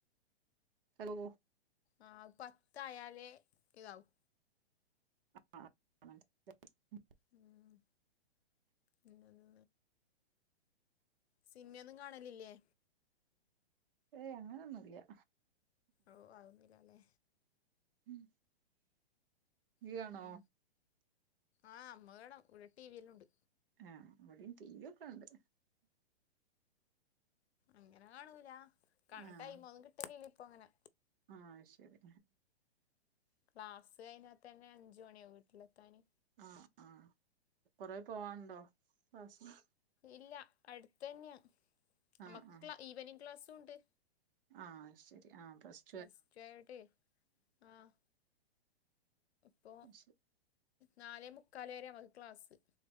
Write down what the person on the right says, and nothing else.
ഹലോ?
ആ ആ <unintelligible>
ഏയ് അങ്ങനൊന്നുല്ല്യ.
ഉം. യികാണോ?
ആഹ്, ഇവടിം ടിവി ഒക്കെണ്ട്.
ആഹ്
ആഹ്, അഅ് ശെരി.
ആഹ് ആഹ്, കൊറേ പോവാൻണ്ടോ ക്ലാസ്സ്ന്.
ആഹ് ആഹ്
ആഹ് ശെരി, ആഹ് പ്രശ്
ശരി